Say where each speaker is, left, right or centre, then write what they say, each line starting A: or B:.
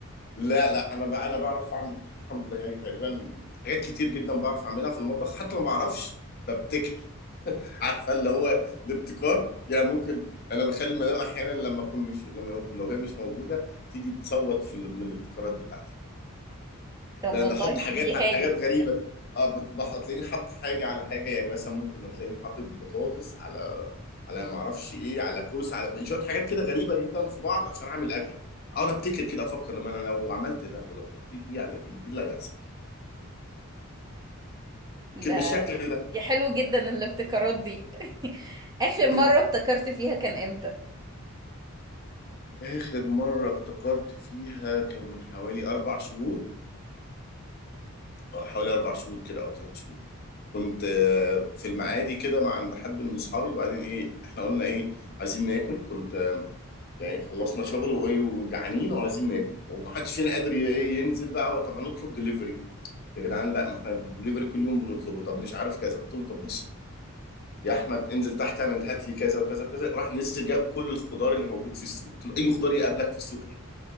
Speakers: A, on the left (about 45°); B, on the right (about 15°).
A: لا لا انا بقى انا بعرف اعمل الحمد لله يعني تقريبا حاجات كتير جدا بعرف اعملها في المطبخ حتى ما بعرفش ببتكر <laughs> عارفه اللي هو الابتكار يعني ممكن انا بخلي المدام احيانا لما اكون مش لما اكون لو هي مش موجوده تيجي تصوت في ال- من الابتكارات بتاعتي
B: طب
A: لان
B: والله
A: احط حاجات
B: دي
A: على
B: هايل
A: حاجات غريبه اه بت- بح- تلاقيني حاطط حاجه على حاجه يعني مثلا ممكن تلاقيني حاطط بطاطس على على ما اعرفش ايه على كوسه على شويه حاجات كده غريبه جدا في بعض عشان اعمل اكله اقعد ابتكر كده افكر لما انا لو عملت ده ولو حطيت دي على دي ايه اللي هيحصل
B: ده
A: كده بالشكل ده
B: دي حلو جدا الابتكارات دي <laughs> آخر
A: <laughs>
B: مرة ابتكرت فيها كان إمتى؟
A: اخر مره ابتكرت فيها كان من حوالي اربع شهور اه حوالي اربع شهور كده او ثلاث شهور كنت آه، في المعادي كده مع عند حد من اصحابي وبعدين ايه احنا قلنا ايه عايزين ناكل كنت يعني خلصنا شغل وايه وجعانين وعايزين ناكل ومحدش فينا قادر ي- إيه ينزل بقى طب هنطلب دليفري يا جدعان لا ما احنا دليفري كل يوم بنطلبه طب مش عارف كذا قلت لهم طب بصوا يا احمد انزل تحت اعمل هات لي كذا وكذا وكذا راح نزل جاب كل الخضار اللي موجود في السوق قلت له اي خضار يقابلك في السوق هات